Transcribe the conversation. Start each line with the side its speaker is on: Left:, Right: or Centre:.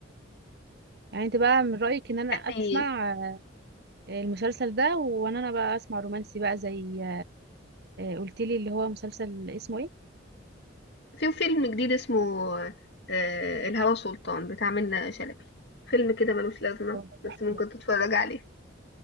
Right: يعني انت بقى من رأيك ان انا
Left: حد-
Right: اسمع آه، المسلسل ده وانا انا بقى اسمع رومانسي بقى زي قلت لي اللي هو مسلسل اسمه ايه
Left: في فيلم جديد اسمه آه، الهوى سلطان بتاع منة شلبي فيلم كده ملوش لازمة
Right: اه ده
Left: بس
Right: تحفة
Left: ممكن
Right: ده
Left: تتفرج عليه